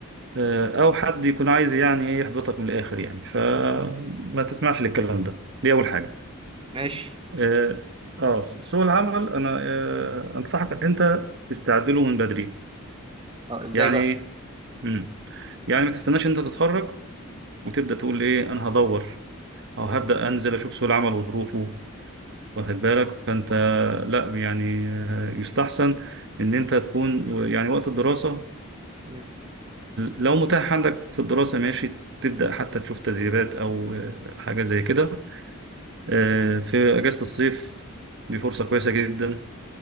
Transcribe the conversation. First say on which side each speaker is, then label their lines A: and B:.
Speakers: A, on the right (about 55°); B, on the right (about 25°).
A: آه، او حد يكون عايز يعني ايه يحبطك من الاخر يعني فما تسمعش للكلام ده دي اول حاجه
B: ماشي
A: اه آه، سوق العمل انا آه انصحك ان انت تستعد له من بدري
B: اه ازاي
A: يعني ايه مم. يعني ما تستناش انت تتخرج وتبدا تقول ايه انا هدور او هبدا انزل اشوف سوق العمل وظروفه واخد بالك فانت لا يعني آه، يستحسن ان انت تكون يعني وقت الدراسه
B: بقى
A: لو متاح عندك في الدراسة ماشي تبدأ حتى تشوف تدريبات أو آه، حاجة زي كده آه، في أجازة الصيف دي فرصة كويسة جدا